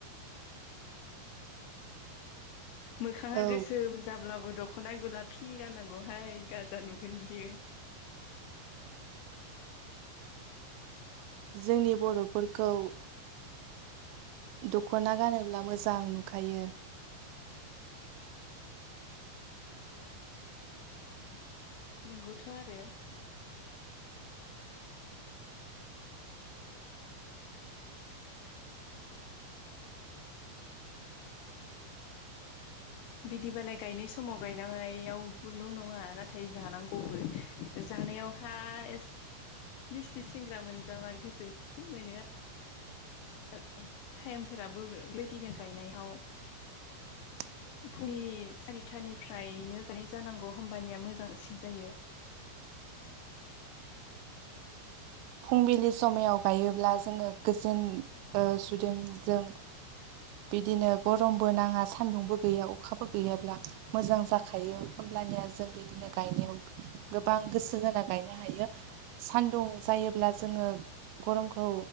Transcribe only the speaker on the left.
मोखाङा
गोसोम जाब्लाबो दख'नाय गुलाफि गाननांगौहाय गाजा नुगोन बियो
नोंगौथ' आरो बिदिबालाय गायनाय समाव गायनायावल' नङा नाथाय जानांगौबो जानायावहाय मिस्थि सिंग्रा मोनजाबा गोजोनै मोनो आरो <unintelligible> टाइमफोराबो बेबायदिनो गायनायाव
फुंनि सारिथानिफ्रायनो गनाय जानांगौ होमबानिया मोजांसिन जायो।